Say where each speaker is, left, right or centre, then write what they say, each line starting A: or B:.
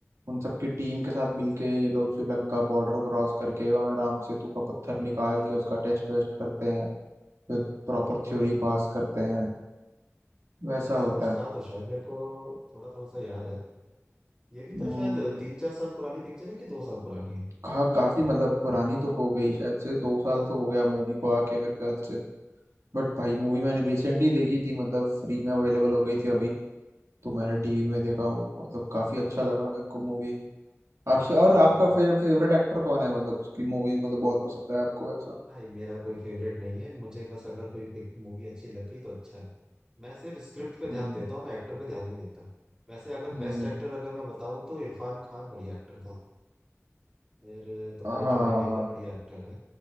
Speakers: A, on the right (about 85°); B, on the right (about 15°).
A: उन सबकी टीम के साथ मिलके ये लोग श्रीलंका बॉर्डर क्रॉस करके वहाँ राम सेतु का पत्थर निकाल के उसका टेस्ट वेस्ट करते हैं फिर प्रॉपर थ्योरी
B: अच्छा।
A: पास करते हैं वैसा
B: हाँ ऐसा
A: होता
B: कुछ
A: है
B: था तो शायद मेरे को थोड़ा थोड़ा सा याद है ये भी तो
A: हम्म,
B: शायद तीन चार साल पुरानी पिक्चर है कि दो साल पुरानी है
A: कहा काफी मतलब पुरानी तो हो गई शायद से दो साल तो हो गया मूवी को आके मेरे ख्याल से बट भाई
B: हाँ,
A: मूवी मैंने रिसेंटली देखी थी मतलब फ्री में अवेलेबल हो गई थी अभी तो मैंने टीवी में देखा
B: अच्छा।
A: मतलब काफी अच्छा लगा मेरे को मूवी अक्षय
B: हम्म
A: और
B: हम्म
A: आपका
B: हम्म।
A: फेव, फेवरेट एक्टर कौन है मतलब उसकी मूवीज मतलब बहुत पसंद है आपको वैसा
B: भाई मेरा कोई फेवरेट नहीं है मुझे बस अगर कोई मूवी अच्छी लग गई तो अच्छा है मैं सिर्फ स्क्रिप्ट पे
A: हम्म
B: ध्यान देता हूँ मैं एक्टर पे ध्यान नहीं देता वैसे अगर
A: हम्म,
B: बेस्ट एक्टर अगर मैं बताऊँ तो इरफान खान बढ़िया एक्टर था फिर तुम्हारा
A: हाँ
B: जॉनी लीवर बढ़िया एक्टर है